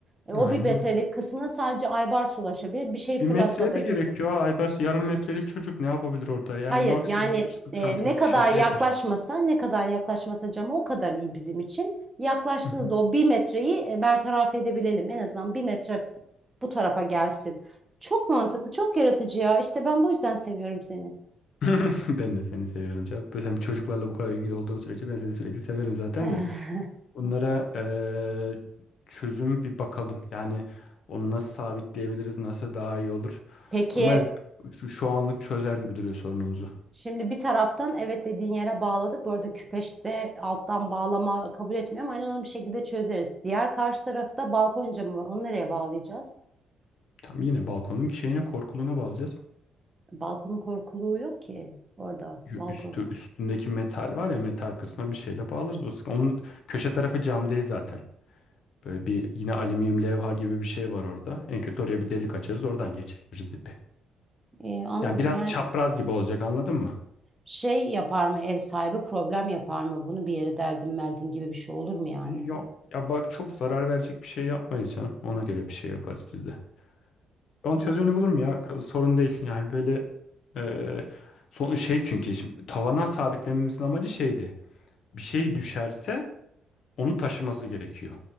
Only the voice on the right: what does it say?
E, o
bir metrelik
kısmına sadece aybars ulaşabilir. Bir şey fırlatsa
da
Hayır
yani
e,
ne kadar
yaklaşmasa
ne kadar yaklaşmasa cama o kadar iyi bizim için. Yaklaştığında
da o bir metreyi e, bertaraf edebilelim. En azından bir metre f- bu tarafa gelsin. Çok mantıklı, çok yaratıcı ya. İşte ben bu yüzden seviyorum seni.
<laughs>
Peki
şimdi bir taraftan evet dediğin yere bağladık. Bu arada küpeşte alttan bağlama kabul etmiyor ama hani onu bir şekilde çözeriz. Diğer karşı tarafta balkon camı var. Onu nereye bağlayacağız?
Balkonun korkuluğu yok ki orada
balkon.
Ee, anladım
yani
şey yapar mı ev sahibi problem yapar mı bunu bir yere deldin meldin gibi bir şey olur mu yani?
Anladım.